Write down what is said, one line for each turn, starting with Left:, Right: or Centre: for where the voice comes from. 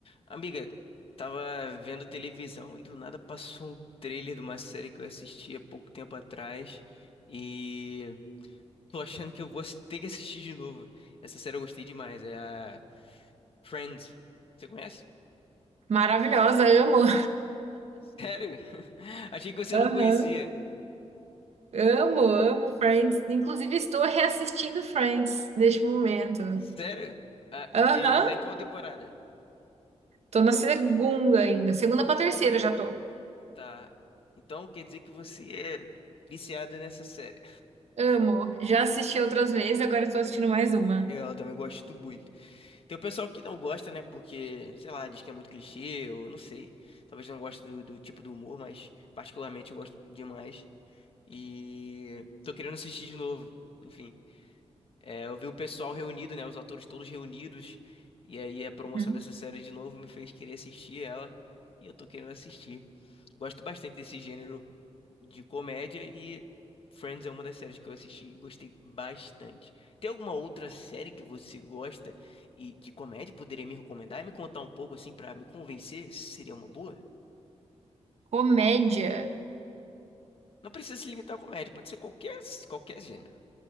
Left: Amiga, tava vendo televisão e do nada passou um trailer de uma série que eu assisti há pouco tempo atrás e tô achando que eu vou ter que assistir de novo. Essa série eu gostei demais, é a Friends. Você conhece?
Right: Maravilhosa, amo.
Left: Sério? <laughs> Achei que você
Right: Aham.
Left: não conhecia.
Right: Amo, amo Friends. Inclusive, estou reassistindo Friends neste momento.
Left: Sério? Ah,
Right: Aham.
Left: e tá em qual temporada?
Right: Tô na segunda ainda. Segunda pra terceira já tô.
Left: Tá. Então quer dizer que você é viciada nessa série.
Right: Amo. Já assisti outras vezes, agora estou assistindo mais uma.
Left: Eu também gosto muito. Tem o pessoal que não gosta, né? Porque, sei lá, diz que é muito clichê, ou não sei. Talvez não goste do, do tipo do humor, mas particularmente eu gosto demais. E tô querendo assistir de novo. Enfim, é, eu vi o pessoal reunido, né? Os atores todos reunidos. E aí a promoção
Right: Uhum.
Left: dessa série de novo me fez querer assistir ela. E eu tô querendo assistir. Gosto bastante desse gênero de comédia e Friends é uma das séries que eu assisti e gostei bastante. Tem alguma outra série que você gosta e de comédia poderia me recomendar e me contar um pouco assim pra me convencer se seria uma boa?
Right: Comédia.
Left: Não precisa se limitar à comédia, pode ser qualquer qualquer gênero.